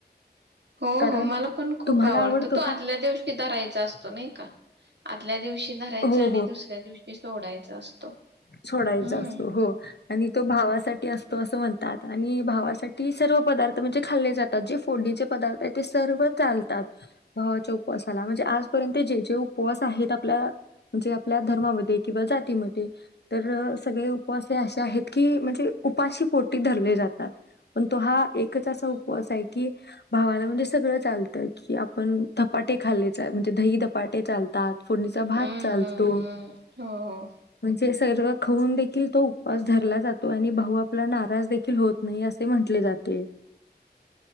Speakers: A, on the right; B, on the left.
A: हो
B: कारण
A: हो मला पण खूप
B: तुम्हाला
A: आवडतं.
B: आवडतो
A: तो आदल्या
B: का?
A: दिवशी रायचा असतो नाही का. ल्या दिव शी धरायच
B: हो
A: आणि
B: हो
A: दुसऱ्या दिवशी सोडाय चा असतो.
B: सोडायचा
A: हम्म
B: असतो. हो आणि तो भावासाठी असतो. असं म्हण तात आणि भावासाठी सर्व पदार्थ म्हणजे खाल्ले जातात. जे फोडणीचे पदार्थ आहेत, ते सर्व चालतात. भावाच्या उपवासाला म्हणजे आजपर्यंत जे जे उपवास आहेत, आपल्या म्हणजे आपल्या धर्मामध्ये किंवा जातीमध्ये तर सगळे उपवास असे आहेत की म्हणजे उपाशी पोटी धरले जातात, पण तो हा एकच असा उपवास आहे की भावाला म्हणजे सगळं चालतं. कि आपण धपाटे खाल्लेच म्हणजे दही ध पाटे चालतात. फोडणीचा भात
A: हम्म
B: चालतो.
A: हम्म हम्म हो
B: हे सर्व खऊन देखील तो उपास धरला जातो आणि भाऊ आपला नाराज देखील होत नाही, असे म्हटले जाते.